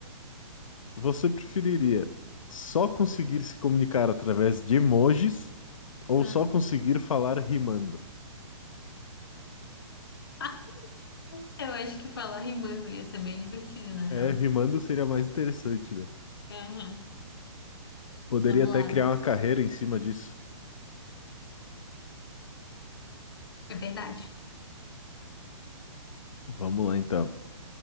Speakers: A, on the left; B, on the left.
A: Você preferiria só conseguir se comunicar através de emojis ou
B: Hum.
A: só conseguir falar rimando?
B: <laughs> Eu acho que falar rimando ia ser bem divertido, na real.
A: É, rimando seria mais interessante, né?
B: Uhum.
A: Poderia
B: Vamos
A: até
B: lá.
A: criar uma carreira em cima disso.
B: É verdade.
A: Vamos lá então.